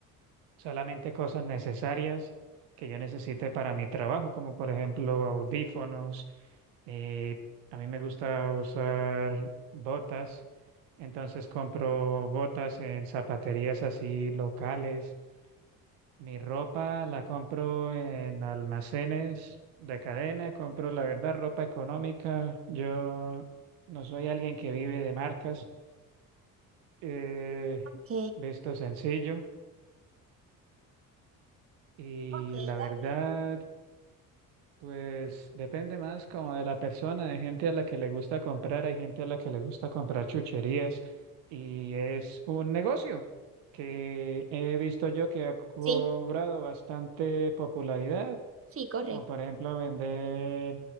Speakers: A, on the right; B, on the right.
A: solamente cosas necesarias que yo necesite para mi trabajo, como por ejemplo audífonos. eh, a mí me gusta usar botas, entonces compro botas en zapaterías así locales Mi ropa la compro en almacenes de cadena, compro la verdad ropa económica. Yo no soy alguien que vive de marcas, eh,
B: Ok,
A: visto sencillo y
B: ok,
A: la verdad,
B: ya-
A: pues depende más como de la persona. Hay gente a la que le gusta comprar, hay gente a la que le gusta comprar chucherías y es un negocio que he visto yo que ha cobrado
B: sí,
A: bastante popularidad
B: sí, correcto.
A: como por ejemplo vender